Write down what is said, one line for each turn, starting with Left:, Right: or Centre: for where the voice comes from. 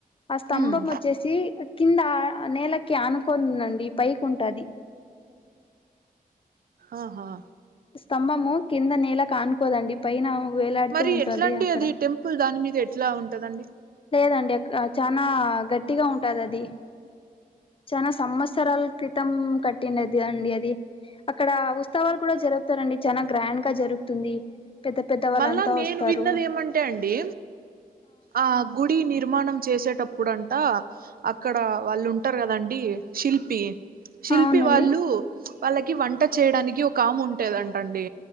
Left: ఆ స్తంభం
Right: హ్మ్
Left: వొచ్చేసి కింద నేలకి ఆనుకోనుందండి పైకి ఉంటాది
Right: ఆహా
Left: తంభము కింద నేలకు అనుకోదండి పైన వేలాడుతూ
Right: మరి
Left: ఉంటుంది
Right: ఎట్లాండి
Left: అక్కడ
Right: అది టెంపుల్ దాని మీద ఎట్లా ఉంటాదండి.
Left: లేదండి అక్ చానా గట్టిగా ఉంటాది అది చానా సంవత్సరాల క్రితం కట్టిండేది దండి అది అక్కడ ఉత్సవాలు కూడా జరుపుతారండి చానా గ్రాండ్ గా జరుగుతుంది. పెద్ద పెద్ద వాళ్ళంతా
Right: మళ్ళా నేను
Left: వస్తారు
Right: విన్నది ఏమంటే అండి ఆ గుడి నిర్మాణం చేసేటప్పుడు ఇప్పుడంట అక్కడ వాళ్ళు ఉంటారు కదండి శిల్పి శిల్పి
Left: అవునండి
Right: వాళ్ళు వాళ్ళకి వంట చేయడానికి ఒక ఆమే ఉంటదంటా అండి.